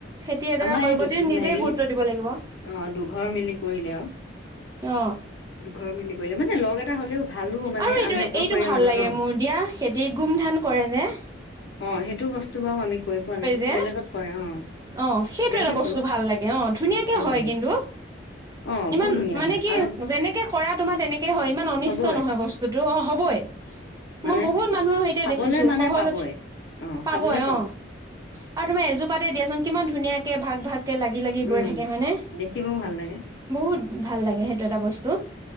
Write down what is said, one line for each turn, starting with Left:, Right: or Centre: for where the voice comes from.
Right: খেতি এডৰা
Left: আমাৰ
Right: কৰিব
Left: এই
Right: তে নিজে
Left: হেৰি
Right: গুৰুত্ব দিব লাগিব।
Left: অ দুঘৰ মিলি কৰিলে আৰু।
Right: অ।
Left: দুঘৰ মিলি কৰিলে মানে লগ এটা হলেও ভালো মানে
Right: আৰু এইটো,
Left: আমি অকলশৰীয়া
Right: এইটো ভাল
Left: মানুহ
Right: লাগে
Left: ন
Right: মোৰ। দিয়া সেহেতি গুম ধান কৰে ন?
Left: অ সেইটো বচ তো বাও আমি কৰি পোৱা নাই।
Right: যে
Left: বেলেগত কৰে অ।
Right: অ, সেইটো
Left: দেখিছো
Right: এটা বস্তু ভাল লাগে। অ, ধুনীয়াকে
Left: ভাল
Right: হয়
Left: লাগে
Right: কিন্তু।
Left: অ
Right: ইমান
Left: বহুত ধুনীয়া
Right: মানে
Left: হয়
Right: কি
Left: আৰু
Right: যেনেকে কৰা তোমাৰ তেনেকে হয়। ইমান অনিষ্ট
Left: হ'বই
Right: নহয় বস্তুটো। অ, হবই।
Left: মানে
Right: মই বহুত মানুহৰ সৈতে
Left: খাবলে
Right: দেখিছো
Left: মানে
Right: সহজত
Left: পাবই অ
Right: পাবই
Left: খাবলে
Right: অ আৰু তোমাৰ এযোৰ পাতে দিয়াচোন কিমান ধুনীয়াকে ভাগ-ভাগ কে লাগি-লাগি
Left: উম
Right: গৈ থাকে হয়নে?
Left: দেখিবও ভাল লাগে
Right: বহুত ভাল লাগে সেইটো এটা বস্তু।